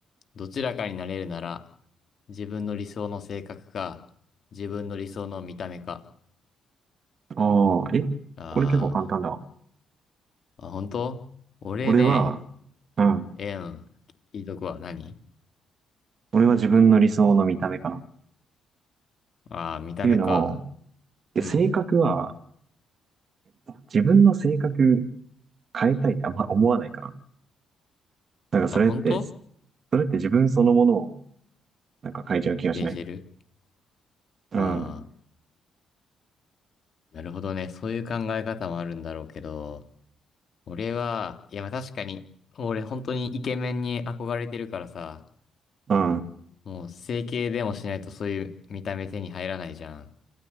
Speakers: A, on the left; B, on the right.
A: どちらかになれるなら、自分の理想の性格か、自分の理想の見た目か。
B: ああ、え、
A: あ
B: これ結構簡単だわ。
A: ーあ、本当俺ね、
B: 俺は、うん。
A: えーうん、聞いとくわ。何
B: 俺は自分の理想の見た目かな。っ
A: ああー、見た目か。
B: ていうのも、で性格は、
A: うん。
B: 自分の性格変えたいってあんま思わないかな。なんかそれって、
A: あ、本当
B: それって自分そのものを、なんか変えちゃう気がしない
A: 定してる
B: うん。
A: ああ
B: うん。
A: ー、なるほどね。そういう考え方もあるんだろうけど、俺は、いや、まあ確かに、俺本当にイケメンに憧れてるからさ、
B: は
A: もう整形でもしないとそういう見た目手に入らないじゃん。